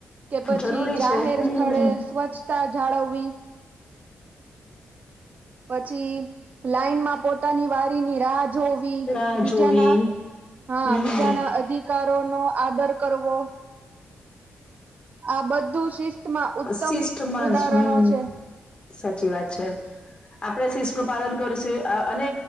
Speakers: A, on the right; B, on the left.
A: કે પછી
B: જરૂરી
A: જાહેર
B: છે હમ
A: સ્થળે સ્વચ્છતા જાળવવી પછી લાઈનમાં પોતાની વારીની રાહ જો
B: રાહ
A: બીજા
B: જોવી.
A: હા
B: હમ.
A: બીજાના અધિકારો આદર કરવો આ બધું શિસ્ત ઉત્તમ
B: શિસ્ટમાં
A: ઉદાહરણો
B: જ હમ.
A: છે.
B: સાચી વાત છે. આપણેે શિશ નું પાલન કરુંશું અને